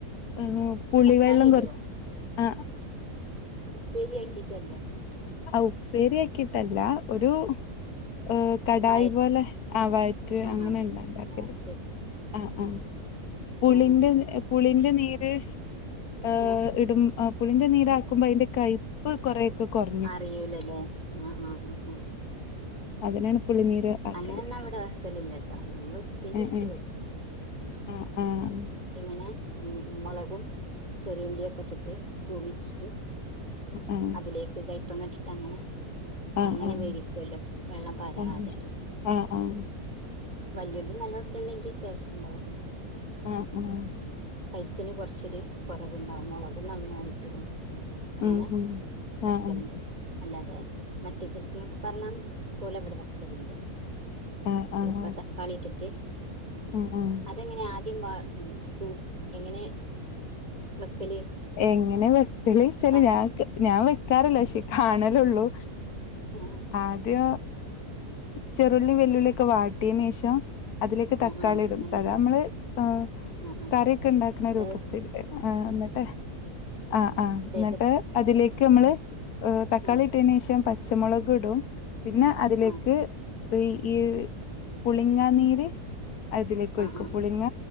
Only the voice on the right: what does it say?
തക്കാളി ഇടോ
ഉപ്പേരി ആക്കീട്ടല്ലേ
വഴ
ആഹ്
ആഹ് വഴറ്റെടുത്ത്
ഉം
അങ്ങനെല്ലേ
ആഹ്
അറിയൂലല്ലേ ആഹ് ആഹ് ആഹ് ആഹ്
അങ്ങനെന്ന ഇവടെ വെക്കലില്ലാട്ടോ നമ്മള് ഉപ്പേരിയാക്കി
വെക്കും
ഇങ്ങനെ ഉം ഉം മുളകും ചെറിയുള്ളിയൊക്കെ ഇട്ടിട്ട് തൂമിച്ചിട്ട്
അതിലേക്ക് കയ്പം ക ഇട്ടിട്ട് അങ്ങനെ
അങ്ങനെ
വിരിക്കുവല്ലോ വെള്ളം പരാതെ
വല്ല്യുള്ളി നല്ലോണം ഇട്ടെണ്ടെങ്കിൽ ടേസ്റ്റ് ഇണ്ടാവും
പൈപ്പിന് കൊറച്ചൊരു കുറവുണ്ടാവും മുളകും അങ്ങ് വാങ്ങിച്ചതും അങ്ങനെ
വെക്കെണ്ട്
അല്ലാതെ മറ്റേ <unintelligible> പറഞ്ഞ പോലവിടെ വെക്കലില്ല
ഇപ്പ തക്കാളി ഇട്ടിട്ട്
അതെങ്ങനെയാ <unintelligible> എങ്ങനെ വെക്കല്
തക്ക
ഉം
ആഹ്
ആഹ്
അങ്ങനെയുണ്ട്
ആഹ് ആഹ്
ന്നട്ട്
തേക്ക്
ആഹ്
ആഹ്
ആഹ്
ആഹ്